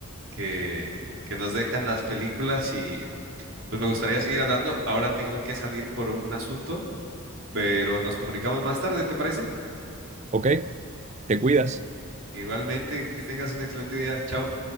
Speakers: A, on the right; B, on the right.
A: que, que nos dejan las películas y pues me gustaría seguir hablando. Ahora tengo que salir por un asunto, pero nos comunicamos más tarde, ¿te parece?
B: Ok, te cuidas.
A: Igualmente, que tengas un excelente día. Chao.